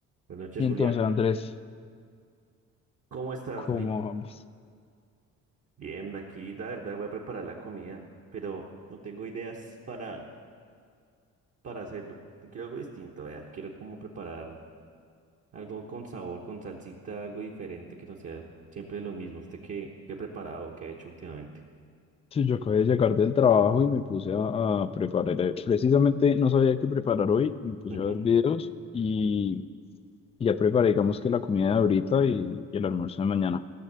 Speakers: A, on the right; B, on the left.
A: Buenas noches,
B: Y
A: Julián.
B: entonces, Andrés,
A: ¿Cómo estás,
B: ¿cómo
A: Juli?
B: vamos?
A: Bien, aquí la verdad voy a preparar la comida, pero no tengo ideas para, para hacerlo. Te quiero algo distinto, vea. Quiero como preparar algo con sabor, con salsita, algo diferente que no sea siempre lo mismo. ¿Usted qué, qué ha preparado, qué ha hecho últimamente?
B: Sí, yo acabé de llegar del trabajo y me puse a, a preparar. eh, Precisamente no sabía qué preparar hoy, me puse
A: Ujú.
B: a ver videos y, y ya preparé, digamos que la comida de ahorita y, y el almuerzo de mañana.